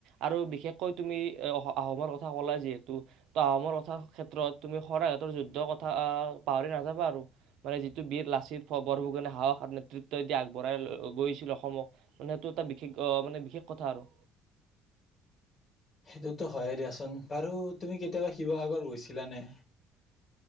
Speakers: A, on the right (about 70°); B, on the left (about 25°).
A: আৰু বিশেষকৈ তুমি এ আহোমৰ কথা ক'লা যিহেতু, ত আহোমৰ কথা ক্ষেত্ৰত তুমি শৰাইঘাটৰ যুদ্ধ কথা পাহৰি না নাযাবা আৰু মানে যিটো বীৰ লাচিত বৰফুকনে সাহস নেতৃত্ব দি আগবঢ়াই গৈছিল অসমক মানে সেইটো এটা বিশেষ আহ মানে বিশেষ কথা আৰু।
B: সেইটোতো হয়ে দিয়াচোন, বাৰু তুমি কেতিয়াবা শিৱসাগৰত গৈছিলানে?